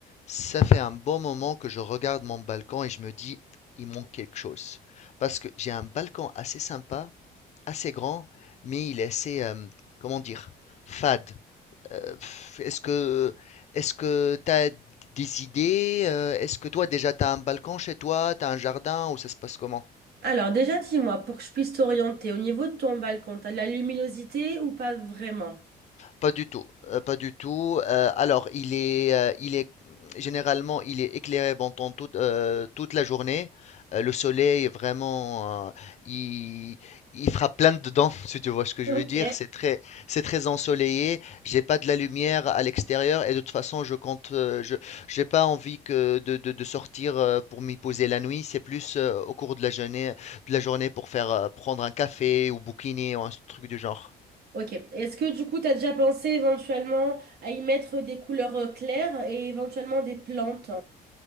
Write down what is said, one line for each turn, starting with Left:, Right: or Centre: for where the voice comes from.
Left: Ça fait un bon moment que je regarde mon balcon et je me dis, il manque quelque chose. Parce que j'ai un balcon assez sympa, assez grand, mais il est assez, euh, comment dire, fade. Euh, pff, est-ce que, est-ce que tu as des idées? euh, est-ce que toi déjà tu as un balcon chez toi, tu as un jardin ou ça se passe comment?
Right: Alors déjà, dis-moi, pour que je puisse t'orienter, au niveau de ton balcon, t'as de la luminosité ou pas vraiment?
Left: Pas du tout, euh, pas du tout. Euh, alors, il est, euh, il est, généralement, il est éclairé pendant toute, euh, toute la journée. Euh, le soleil, est vraiment, euh, il, il frappe plein dedans, <laughs> si tu vois ce que je
Right: Ok.
Left: veux dire. C'est très, c'est très ensoleillé. J'ai pas de la lumière à l'extérieur et de toute façon, je compte, euh, je, j'ai pas envie que de, de, de sortir euh, pour m'y poser la nuit. C'est plus euh, au cours de la journée, de la journée pour faire euh, prendre un café ou bouquiner ou un truc du genre.
Right: Ok. Est-ce que du coup, t'as déjà pensé éventuellement à y mettre des couleurs euh, claires et éventuellement des plantes?